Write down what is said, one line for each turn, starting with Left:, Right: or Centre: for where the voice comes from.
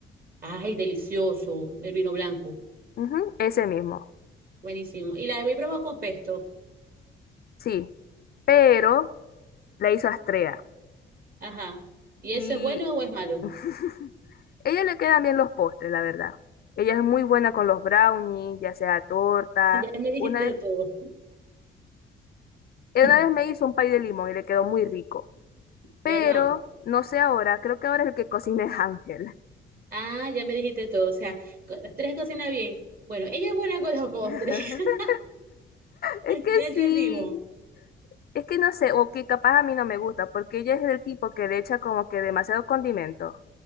Right: Ay, delicioso, el vino blanco.
Left: Ujú, ese mismo.
Right: Buenísimo. Y la he probado con pesto.
Left: Sí. Pero la hizo Astrea.
Right: Ajá. ¿Y
Left: Y
Right: eso es bueno o es malo?
Left: <laughs>
Right: <laughs>
Left: ella le quedan bien los postres, la verdad. Ella es muy buena con los brownies, ya sea torta.
Right: Ya me dijiste
Left: Una vez.
Right: todo,
Left: Él
Right: <laughs>
Left: una vez me hizo un pay de limón y le quedó muy rico. Pero,
Right: ¿verdad?
Left: no sé ahora, creo que ahora es el que cocina es Ángel.
Right: Ah, ya me dijiste todo. O sea, co- las tres cocinan bien. Bueno, ella es buena con los postres.
Left: <laughs>
Right: <laughs>
Left: Es que
Right: Ya entendimos.
Left: sí, es que no sé, o que capaz a mí no me gusta, porque ella es del tipo que le echa como que demasiado condimento.